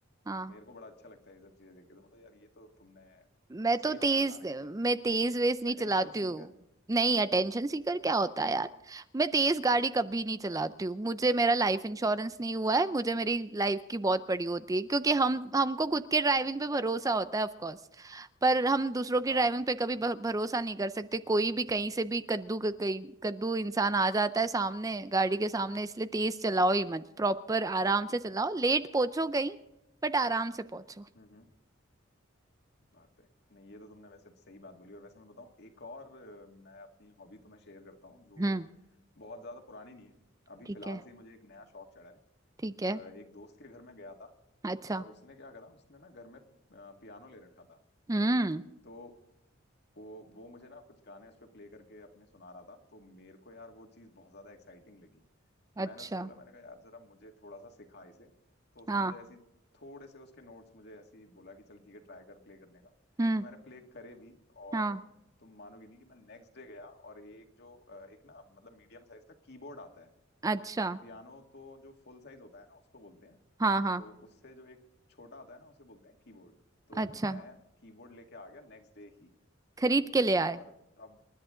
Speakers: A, on the right; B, on the left.
A: हाँ
B: तो मेरे को बड़ा अच्छा लगता है ये सब चीजें देख के तो मतलब यार ये तो तुमने
A: मैं तो
B: सही हॉबी
A: तेज
B: बना रखी है
A: मैं तेज वेज नहीं
B: Attention
A: चलाती हूँ
B: seeker
A: नहीं अटेंशन सीकर क्या होता है यार मैं तेज गाड़ी कभी नहीं चलाती हूँ मुझे मेरा लाइफ इंश्योरेंस नहीं हुआ है मुझे मेरी लाइफ की बहुत पड़ी होती है क्योंकि हम हमको खुद के ड्राइविंग पे भरोसा होता है ऑफ कोर्स पर हम दूसरों की
B: हाँ
A: ड्राइविंग पे कभी भ- भरोसा नहीं कर सकते कोई भी कहीं से भी कद्दू का कहीं कद्दू इंसान आ जाता है सामने गाड़ी के सामने इसलिए तेज चलाओ ही मत प्रॉपर आराम से चलाओ लेट पहुंचो कहीं बट आराम से पहुंचो
B: हाँ बात है नहीं ये तो तुमने वैसे सही बात बोली और वैसे मैं बताऊं एक और अ, मैं अपनी हॉबी तुम्हें शेयर करता हूँ जो
A: हम्म
B: बहुत ज्यादा पुरानी नहीं है अभी
A: ठीक
B: फिलहाल
A: है
B: से ही मुझे एक नया शौक चढ़ा है
A: ठीक
B: अ,
A: है
B: एक दोस्त के घर में गया था
A: अच्छा
B: और उसने क्या करा उसने ना घर में अ, पियानो ले रखा था
A: हम्म
B: तो वो वो मुझे ना कुछ गाने उस पे प्ले करके अपने सुना रहा था तो मेरे को यार वो चीज़ बहुत ज्यादा एक्साइटिंग लगी
A: अच्छा
B: मैंने उससे बोला मैंने कहा यार जरा मुझे थोड़ा सा सिखा इसे तो उसने
A: हाँ
B: मुझे ऐसी थोड़े से उसके नोट्स मुझे ऐसी बोला कि चल ठीक है ट्राई कर प्ले करने का
A: हम्म
B: तो मैंने प्ले करे भी और
A: हाँ
B: तुम मानोगी नहीं कि मैं नेक्स्ट डे गया और एक जो अ, एक ना मतलब मीडियम साइज का कीबोर्ड आता है
A: अच्छा
B: पियानो तो जो फुल साइज होता है ना उसको बोलते हैं
A: हाँ हाँ
B: तो उससे जो एक छोटा आता है ना उसे बोलते हैं कीबोर्ड तो
A: अच्छा
B: मैं कीबोर्ड लेके आ गया नेक्स्ट डे ही
A: खरीद के ले आए
B: और तब